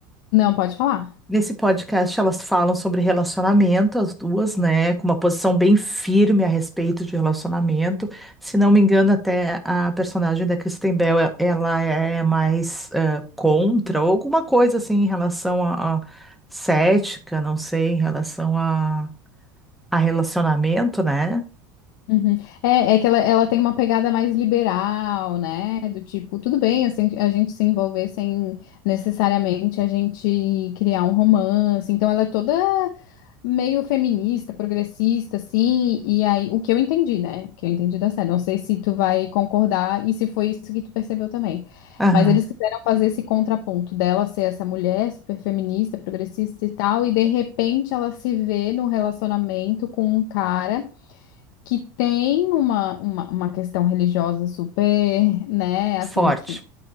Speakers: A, on the left (about 70°); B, in the centre.
A: não, pode falar.
B: Nesse podcast, elas falam sobre relacionamento, as duas, né? Com uma posição bem firme a respeito de relacionamento. Se não me engano, até a personagem da Kristen Bell, e- ela é mais eh, contra, ou alguma coisa assim em relação a, a cética, não sei, em relação a, a relacionamento, né?
A: Uhum. É, é que ela, ela tem uma pegada mais liberal, né? Do tipo, tudo bem assim, a gente se envolver sem necessariamente a gente criar um romance. Então ela é toda meio feminista, progressista, assim. E aí, o que eu entendi, né? O que eu entendi da série. Não sei se tu vai concordar e se foi isso que tu percebeu também.
B: Aham,
A: Mas eles quiseram fazer esse contraponto dela ser essa mulher super feminista, progressista e tal, e de repente ela se vê no relacionamento com um cara que tem uma, uma, uma questão religiosa super, né,
B: forte.
A: assim, que